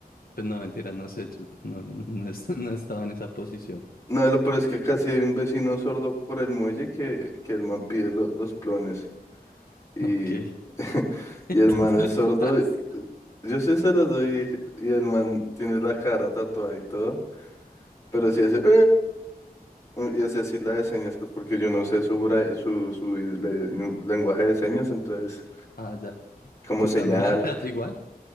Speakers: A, on the left; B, on the left.
A: Pues no, mentira, no sé, yo no, no, no he <laughs> no he estado en esa posición.
B: No, lo peor es que acá sí hay un vecino sordo por el muelle que, que el man pide lo- los plones. Y,
A: Ok.
B: <laughs>
A: <laughs>
B: y el
A: ¿Tú
B: man
A: se
B: es
A: le
B: sordo.
A: hablas?
B: Yo sí se los doy y el man tiene la cara tatuada y todo. Pero sí hace... <laughs> Y hace así la de señas, pues porque yo no sé su, bra- su, su le- lenguaje de señas, entonces
A: Ah, ya.
B: como
A: ¿Tú
B: señala.
A: también le hablas igual?